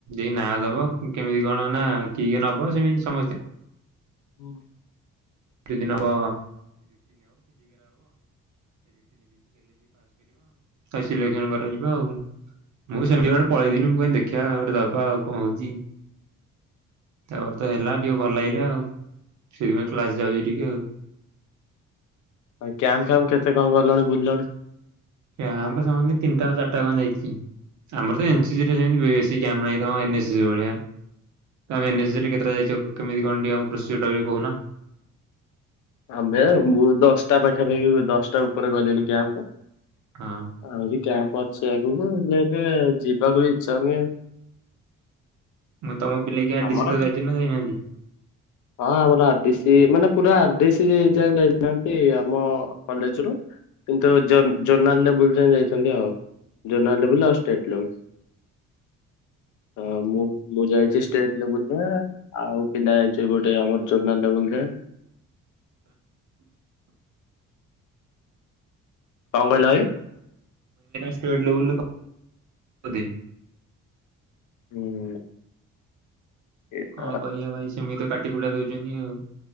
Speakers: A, on the right; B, on the left.
A: ଏ ନାଁ ଦବ କେମିତି କଣ ନା କିିଏ ନବ ସେମିତି ସମସ୍ତେ
B: ହୁଁ।
A: <unintelligible> ଫେରି ବ ତା ସିଲକ୍ଷଣ କରାଯିବ ଆଉ ମୁଁ ସେମିତି ଗଟେ ପଳେଇଦିନି ମୁଁ କ ଦେଖି ଖିବା ଗୋଟେ ବାବା ଆଉ କଣ ହଉଛି ତାପରେ ତ ହେଲା ଟିକେ ଭଲ ଲାଗିଲା ଆଉ ସେଥିପାଇଁ କ୍ଲାସ ଯାଉଛି ଟିକେ ଆଉ।
B: ଆଉ କ୍ୟାମ୍ପ ଫ୍ୟାମ୍ କେତେ କଣ ଗଲଣି ବୁଲିଲଣି?
A: କ୍ୟାମ୍ପ ସମେନ୍ତି ତିନିଟାଙ୍କ ଚାରିଟା ଖଣ ଯାଇଛି। ଆମର ତ ଏନସିଜିି ରେ ସେମିତି ବେଶୀ କ୍ୟାମହିଁ ତମ ଏନ୍ ଏସ୍ ସି ଭଳିଆ ତମେ ଏନସିଜି କେତେଟା ଯାଇଛ କେମିତି କଣ ଆମ କୃଷି ବୋଲି କହୁନ
B: ଆମ୍ବେ ମୁଁ ଦଶଟା ପାଖାପାଖି ଦଶଟା ଉପରେ ଗଲିଣି କ୍ୟାମ୍ପ
A: ହଁ
B: ଆହୁରି କ୍ୟାମ୍ପ ଅଛି ଆଗକୁ ହେଲେ ଏବେ ଯିବାକୁ ବି ଇଚ୍ଛା ହଉନି।
A: ମୁଁ ତମ ପିଲା କି ଆର
B: ଆମର
A: ଡିିସି ତ ଯାଇଛ ନା ଯାଇନାହାନ୍ତି
B: ହଁ ଆମର ଆର ଡିସି ମାନେ ପୁରା ଆର ଡିସି ଯାଏ ଯାଇନାହାନ୍ତି ଆମ କଲେଜ ରୁ <inaudible> କିନ୍ତୁ ଜନା ଜନାଲରେ ଲେବୁଲ ଯାଇଛନ୍ତି ଆଉ ଜନାଲେବୁଲ ଆଉ ଷ୍ଟେଟ୍ ଲେବୁଲ ହଁ ମୁଁ ମୁଁ ଯାଇଛି ଷ୍ଟେଟ ଲେବୁଲ ଆଉ ପିଲା ଯାଇଛି ଗୋଟେ ଆମର ଚୋନା ଲେବୁଲ ରେ କଣ କହିଲ ଭାଇ
A: ଷ୍ଟେଟ ଲେବଲ <inaudible>
B: ହୁଁ ଏ
A: କଣ
B: ଆ
A: କରିବା ଭାଇ ସେମିତି ତ କାଟି କୁଟା ଦଉଛନ୍ତି ଆଉ